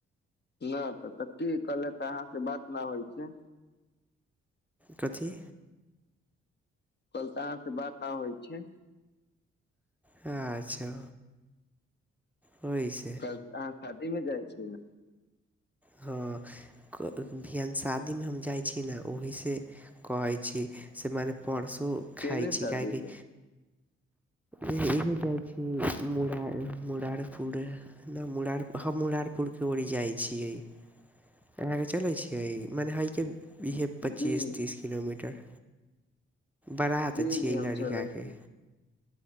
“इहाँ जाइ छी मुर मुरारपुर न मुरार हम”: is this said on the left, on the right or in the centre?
Centre